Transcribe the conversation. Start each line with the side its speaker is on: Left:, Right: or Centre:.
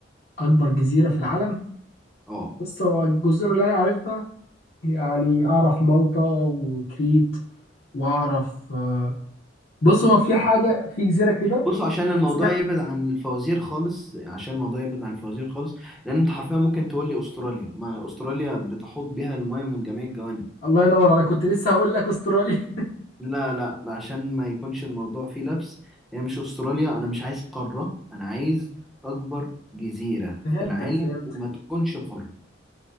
Left: اكبر جزيرة في العالم
Centre: اه
Left: بص هو الجزر اللي انا عارفها يعني اعرف مالطا وكريت واعرف آه، بص هو في حاجة في جزيرة كده
Centre: بصوا عشان الموضوع
Left: اسمع
Centre: يبعد عن الفوازير خالص عشان الموضوع يبعد عن الفوازير خالص لان انت حرفيا ممكن تقول لي استراليا ما استراليا بتحوط بها المايه من جميع الجوانب
Left: الله ينور عليك كنت لسه هقول لك استراليا <laughs>
Centre: لا لا عشان ما يكونش الموضوع فيه لبس هي مش استراليا انا مش عايز قارة انا عايز اكبر جزيرة
Left: فهمتك
Centre: في العالم
Left: فهمتك
Centre: وما تكونش قارة